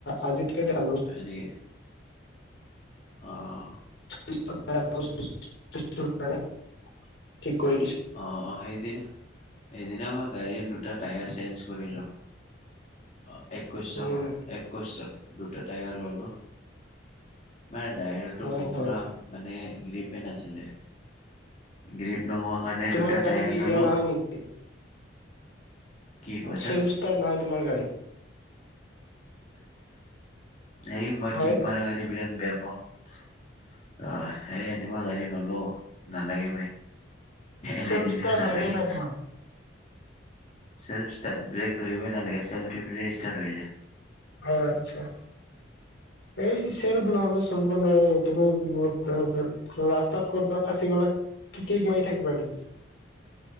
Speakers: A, on the left; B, on the left.
A: আজিত কেই খালো
B: হয় নেকি অ'
A: <unintelligible>
B: অ', সেইদিনা সেইদিনা মই গাড়ীৰ দুটা টায়াৰ চেঞ্জ কৰিলো অ', একৈশত
A: উম
B: একৈশত দুটা টায়াৰ ললো মানে ডাইাৰটো
A: হয়
B: পুৰা
A: হয়
B: মানে গ্ৰীপে নাছিলে গ্ৰীপ নোহোৱা কাৰণে
A: তোমাৰ
B: দুটা
A: গাড়ী
B: টায়াৰ
A: কি
B: ল'লোঁ
A: ইয়া নহয় নেকি
B: কি কোৱাচোন
A: চেল্ফ ষ্টাৰ্ট নহয় তোমাৰ গাড়ী
B: এই মই
A: হয়
B: কেক মাৰ গি বিৰাট বেয়া পাওঁ আহ সেই আনিব গাড়ী নলো নালাগে ভাই এনেই
A: চেল্ফ
B: দিলে
A: ষ্টাৰ্ট
B: তাত
A: হয়
B: লাগে
A: নে নাই তোমাৰ?
B: ফ ধৰিবই নাগে্ফ যায়
A: অ', আচ্ছা এই চেৰপ নহ'লে চলিব লটো ৰাস্তাত ক'তব বা ফাঁচি গলা কি কি মাৰি থাকিবা নকি